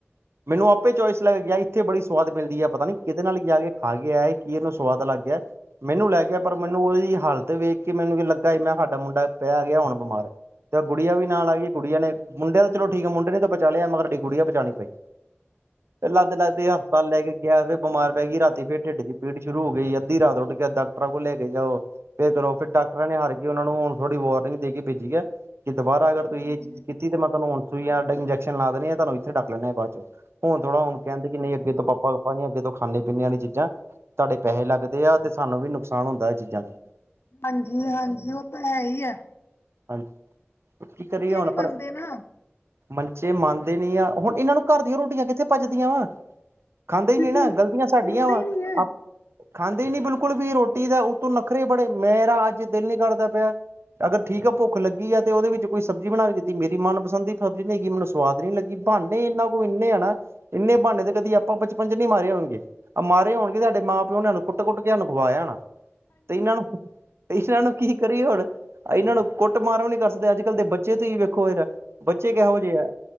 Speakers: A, on the right; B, on the left.
A: ਮੈਨੂੰ ਆਪੇ ਚੋਇਸ ਲੇ ਕੇ ਗਿਆ, ਇੱਥੇ ਬੜੀ ਸੁਆਦ ਮਿਲਦੀ ਆ, ਪਤਾ ਨੀ ਕਿਹਦੇ ਨਾਲ ਜਾ ਕੇ ਖਾ ਕੇ ਆਇਆ, ਕੀ ਇਹਨੂੰ ਸਵਾਦ ਲੱਗ ਗਿਆ। ਮੈਨੂੰ ਲੈ ਗਿਆ ਪਰ, ਮੈਨੂੰ ਉਹਦੀ ਹਾਲਤ ਵੇਖ ਕੇ ਮੈਨੂੰ ਵੀ ਲੱਗਾ, ਮੈਂ ਸਾਡਾ ਮੁੰਡਾ ਪੈ ਗਿਆ ਹੁਣ ਬਿਮਾਰ ਤੇ ਆ ਗੁੜੀਆ ਵੀ ਨਾਲ ਆ ਗਈ, ਗੁੜੀਆਂ ਨੇ, ਮੁੰਡੇ ਦਾ ਤਾਂ ਚਲੋ ਠੀਕ ਹੈ, ਮੁੰਡੇ ਨੇ ਤਾਂ ਪਚਾ ਲਿਆ, ਮਗਰ ਸਾਡੀ ਗੁੜੀਆ ਪਚਾ ਨੀ ਪਾਈ। ਫਿਰ ਲੱਗਦੇ-ਲੱਗਦੇ ਹਸਪਤਾਲ ਲੈ ਕੇ ਗਿਆ, ਫਿਰ ਬਿਮਾਰ ਪੈ ਗਈ ਰਾਤੀ ਫੇਰ ਢਿੱਡ ਜ ਪੀੜ ਸ਼ੁਰੂ ਹੋ ਗਈ, ਅੱਧੀ ਰਾਤ ਉੱਠ ਕੇ ਡਾਕਟਰਾਂ ਕੋਲ ਲੈ ਕੇ ਜਾਉ। ਫਿਰ ਕਰੋ, ਫਿਰ ਡਾਕਟਰਾਂ ਨੇ ਹਾਰ ਕੇ ਉਹਨਾਂ ਨੂੰ ਹੁਣ ਥੋੜੀ ਵਾਰਨਿੰਗ ਦੇ ਕੇ ਭੇਜੀ ਹੈ। ਕਿ ਦੁਬਾਰਾ ਅਗਰ
B: ਹਾਂਜੀ
A: ਤੁਸੀਂ ਇਹ ਚੀਜ਼ ਕੀਤੀ, ਤੇ ਮੈਂ ਤੁਹਾਨੂੰ ਹੁਣ ਸੂਈਆਂ, ਇੰਜੈਕਸ਼ਨ ਲਾ ਦੇਣੇ ਆ, ਤੁਹਾਨੂੰ ਇੱਥੇ ਡਕ ਲੈਣਾ ਏ ਬਾਅਦ ਚੋਂ। ਹੁਣ ਥੋੜਾ, ਹੁਣ ਕਹਿੰਦੇ, ਨਹੀਂ ਅੱਗੇ ਤੋਂ ਪਾਪਾ ਅੱਗੇ ਤੋਂ ਖਾਣੇ ਪੀਣੇ ਇਹ ਵਾਲੀਆ ਚੀਜ਼ਾਂ, ਤੁਹਾਡੇ ਪੈਸੇ ਲੱਗਦੇ ਆ, ਤੇ ਸਾਨੂੰ ਵੀ ਨੁਕਸਾਨ ਹੁੰਦਾ ਹੈ ਚੀਜ਼ਾਂ ਤੋਂ।
B: ਹਾਂਜੀ-ਹਾਂਜੀ, ਉਹ ਤਾਂ ਹੈ ਹੀ ਆ।
A: ਹਾਂਜੀ, ਕੀ ਕਰੀਏ ਹੁਣ
B: ਨੀ
A: ਪਰ
B: ਮੰਨਦੇ ਨਾ
A: ਮੰਚੇ ਮੰਨਦੇ ਨੀ ਆ, ਹੁਣ ਇਹਨਾਂ ਨੂੰ ਘਰ ਦੀਆਂ ਰੋਟੀਆਂ ਕਿੱਥੇ ਪਚਦੀਆ। ਖਾਂਦੇ ਹੀ
B: ਬਿਲਕੁਲ
A: ਨੀ ਨਾ, ਗ਼ਲਤੀਆਂ
B: ਖਾਂਦੇ
A: ਸਾਡੀਆਂ ਵਾ
B: ਹੀ ਨੀ ਹੈ
A: ਖਾਂਦੇ ਨੀ ਬਿਲਕੁਲ ਵੀ, ਰੋਟੀ ਦਾ ਉਤੋਂ ਨਖਰੇ ਬੜੇ ਮੇਰਾ ਅੱਜ ਦਿਲ ਨੀ ਕਰਦਾ ਪਿਆ। ਅਗਰ ਠੀਕ ਆ ਭੁੱਖ ਲੱਗੀ ਹੈ, ਤੇ ਉਹਦੇ ਵਿੱਚ ਕੋਈ ਸਬਜ਼ੀ ਬਣਾ ਕੇ ਦਿੱਤੀ, ਮੇਰੀ ਮਨਪਸੰਦ ਦੀ ਸਬਜ਼ੀ ਨਹੀਂ ਗੀ, ਮੈਨੂੰ ਸਵਾਦ ਨੀ ਲੱਗੀ, ਬਹਾਨੇ ਇਨਾ ਕੋ ਇੰਨੇ ਹੈ ਨਾ। ਇੰਨੇ ਬਹਾਨੇ ਤੇ ਕਦੀ ਆਪਾਂ ਬਚਪਨ ਚ ਨਹੀਂ ਮਾਰੇ ਹੋਣਗੇ, ਮਾਰੇ ਹੋਣਗੇ ਸਾਡੇ ਮਾਂ ਪਿਓ ਨੇ ਸਾਨੂੰ ਕੁੱ ਕੁੱਟ- ਕੁੱਟ ਕੇ ਸਾਨੂੰ ਖਵਾਇਆ ਹੋਣਾ ਤੇ ਇਹਨਾਂ ਨੂੰ ਇਹਨਾਂ ਨੂੰ ਕੀ ਕਰੀਏ ਹੁਣ ਇਹਨਾਂ ਨੂੰ ਕੁੱਟ- ਮਾਰ ਵੀ ਨੀ ਕਰ ਸਕਦੇ, ਅੱਜ ਕੱਲ੍ਹ ਦੇ ਬੱਚੇ ਤੁਸੀਂ ਵੇਖੋ ਜਰਾ ਬੱਚੇ ਕਿਹੋ ਜਿਹੇ ਹੈ,